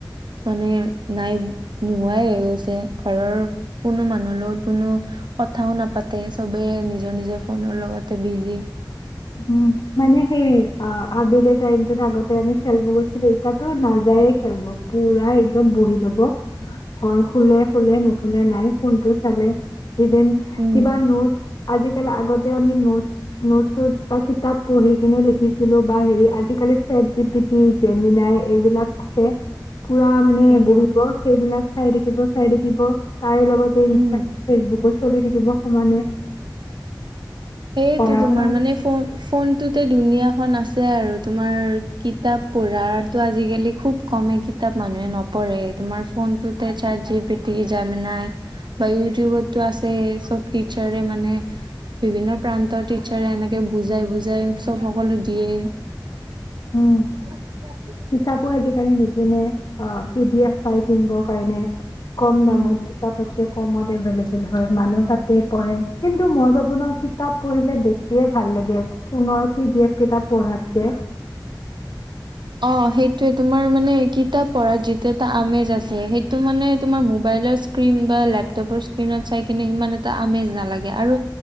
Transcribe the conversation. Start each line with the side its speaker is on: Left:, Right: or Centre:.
Right: মানে নাই নোহোৱাই হৈ গৈছে ঘৰৰ কোনো মানুহৰ লগত কোনো কথাও নাপাতে চবে নিজৰ নিজৰ ফোনৰ লগতে বিজি।
Left: উম মানে সেই অ আবেলি টাইমতটোত আগতে আমি খেলিব গৈছিলো এতিয়া টো নাযায়ে খেলিব, পুৰা একদম বহি লব হয় শোলে শোলে নুশুলে নাই ফোনটো ইভন
Right: উম
Left: কিবা নোট আজিকালি আগতে আমি নোটচ নোটোট বা কিতাপ পঢ়ি কিনে লিখিছিলো বা হেৰি আজিকালি set G P T Gemini এইবিলাক আছে । পুৰা মানে
Right: উম
Left: বহিব সেইবিলাক চাই থাকিব, চাই থাকিব। তাৰে লগতে ইনষ্টাগ্ৰ,
Right: উম
Left: ফেচবুকো চলি থাকিব সমানে।
Right: সেইটো
Left: পঢ়া
Right: তোমাৰ
Left: শুনা
Right: মানে ফোনটোতে দুুনীয়াখন আছে আৰু তোমাৰ কিতাপ পঢ়াৰটো আজিকালি খুব কমেই কিতাপ মানুহে নপঢ়ে, তোমাৰ ফোন টোতে চাতজিতিপি, জেমিনাই বা ইউটিউবতটো আছে ই চব টিচাৰ মানে বিভিন্ন প্ৰান্তৰ টিচাৰে এনেকে বুজাই বুজাই চব সকলো দিয়ে
Left: উম
Right: ।
Left: কিতাপো আজিকালি নিকেনে, অ পি ডি এফ পাই কিনিবৰ কাৰণে । কম দামত
Right: উম
Left: কিতাপ কমত এভেইলএবল হয় মানুহ । তাতেই পঢ়ে কিন্তু মই ভাবো ন কিতাপ পঢ়িলে বেছি ভাল লাগে ফোনৰ পি ডি এফ কিতাপ পঢ়াতকে
Right: অ সেইটোয়ে তোমাৰ মানে কিতাপ পঢ়া যিটো এটা আমেজ আছে, সেইটো মানে তোমাৰ মোবাইলৰ স্ক্ৰীণ বা লেপটপৰ স্ক্ৰীণত চাই কিনে সমান এটা আমেজ নালাগে আৰু